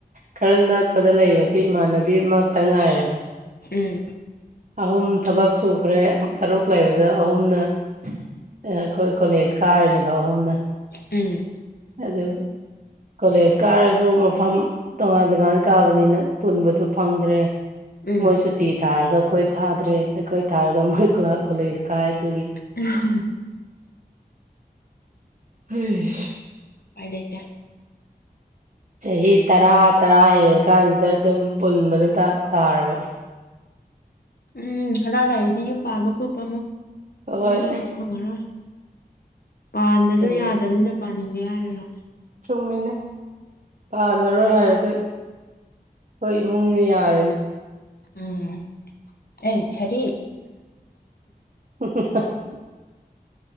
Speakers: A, on the right; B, on the left.
A: ꯈꯔ ꯅꯛꯄꯗ ꯂꯩꯕꯕꯁꯤ ꯏꯃꯥꯟꯅꯕꯤꯃꯛꯇ ꯉꯥꯏꯌꯦꯕ
B: ꯎꯝ
A: ꯑꯍꯨꯝ ꯊꯕꯛ ꯁꯨꯈ꯭ꯔꯦ ꯇꯔꯨꯛ ꯂꯩꯕꯗ ꯑꯍꯨꯝꯅ ꯑꯩꯈꯣꯏ ꯀꯣꯂꯦꯖ ꯀꯥꯔꯅꯦꯕ ꯑꯍꯨꯝꯅ
B: ꯎꯝ
A: ꯑꯗ ꯀꯣꯂꯦꯖ ꯀꯥꯔꯁꯨ ꯃꯐꯝ ꯇꯣꯉꯥꯟ ꯇꯣꯉꯥꯟ ꯀꯥꯕꯅꯤꯅ ꯄꯨꯟꯕꯗꯣ ꯐꯪꯗ꯭ꯔꯦ
B: ꯎꯝ
A: ꯃꯣꯏ ꯁꯨꯇꯤ ꯊꯥꯔꯒ ꯑꯩꯈꯣꯏ ꯊꯥꯗ꯭ꯔꯦ ꯑꯩꯈꯣꯏ ꯊꯥꯔꯒ ꯃꯣꯏ ꯀꯣꯂꯦꯖ ꯀꯥꯏ ꯑꯗꯨꯒꯤ
B: ꯎꯝ ꯎꯝ
A: ꯎꯝ
B: ꯄꯥꯏ ꯂꯩꯇꯦ
A: ꯆꯍꯤ ꯇꯔꯥ ꯇꯔꯥ ꯍꯦꯜꯂ ꯀꯥꯟꯁꯤꯗ ꯑꯗꯨꯝ ꯄꯨꯟꯕꯅ ꯇꯥꯔꯕꯅꯤ
B: ꯎꯝ ꯍꯔꯥꯡ ꯂꯥꯏꯔꯤꯗꯤ ꯌꯨꯝ ꯄꯥꯟꯕ ꯈꯣꯠꯄ ꯑꯃꯨꯛ
A: ꯍꯣꯏ
B: ꯑꯗꯨ ꯐꯪꯉꯔꯣꯏ ꯄꯥꯟꯗꯁꯨ
A: ꯀꯩꯅꯣ
B: ꯌꯥꯗꯕꯅꯤꯅ ꯄꯥꯅꯤꯡꯗꯦ ꯌꯥꯔꯔꯣ
A: ꯆꯨꯝꯃꯤꯅꯦ ꯄꯥꯜꯂꯔꯣꯏ ꯍꯥꯏꯔꯁꯨ ꯍꯣꯏ ꯏꯃꯨꯡꯅꯤ ꯌꯥꯔ
B: ꯎꯝ ꯑꯦ ꯁꯔꯤ
A: ꯎ